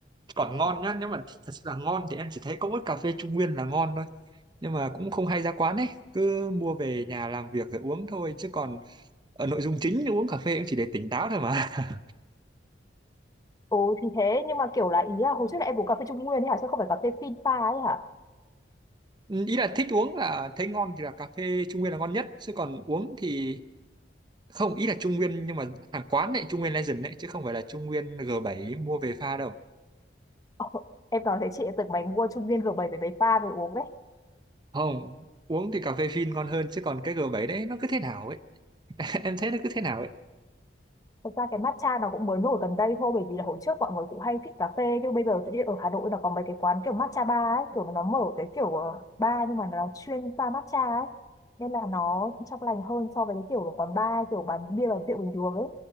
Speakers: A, on the right; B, on the left.
A: còn ngon nhá nếu mà thích thật sự là ngon thì em chỉ thấy có mỗi cà phê Trung Nguyên là ngon thôi nhưng mà cũng không hay ra quán ấy cứ mua về nhà làm việc rồi uống thôi chứ còn ở nội dung chính uống cà phê cũng chỉ để tỉnh táo thôi mà <laughs>
B: ồ thì thế nhưng mà kiểu là ý là hồi trước là em uống cà phê Trung Nguyên ấy hả chứ không phải cà phê phin pha ấy hả <laughs>
A: Ừ, ý là thích uống là thấy ngon thì là cà phê Trung Nguyên là ngon nhất chứ còn uống thì không ý là Trung Nguyên nhưng mà hàng quán này Trung Nguyên Legend đấy chứ không phải là Trung Nguyên G7 mua về pha đâu
B: Ồ, em nói thế chị lại tưởng mày mua Trung Nguyên g bảy với mấy pha về uống đấy
A: không uống thì cà phê phin ngon hơn chứ còn cái G7 đấy nó cứ thế nào ấy <laughs> em thấy nó cứ thế nào ấy
B: Thực ra cái matcha nó cũng mới nổi gần đây thôi bởi vì là hồi trước mọi người cũng hay thích cà phê nhưng bây giờ tự nhiên ở Hà Nội là có mấy cái quán kiểu matcha bar ấy kiểu nó mở cái kiểu ờ, bar nhưng mà nó chuyên pha matcha ấy nên là nó cũng trong lành hơn so với cái kiểu quán bar kiểu bán bia bán rượu bình thường ấy